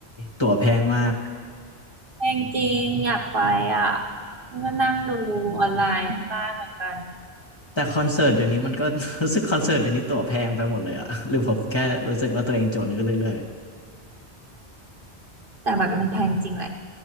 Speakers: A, on the left; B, on the right.
A: ตั๋วแพงมาก
B: แพงจริงอยากไปอ่ะนี่ก็นั่งดูออนไลน์ที่บ้านเหมือนกัน
A: อืมแต่คอนเสิร์ตเดี๋ยวนี้มันก็ <laughs> รู้สึกคอนเสิร์ตเดี๋ยวนี้ตั๋วแพงไปหมดเลยอะ <laughs> หรือผมแค่รู้สึกว่าตัวเองจนขึ้นเรื่อย
B: แต่แบบมันแพงจริงแหละ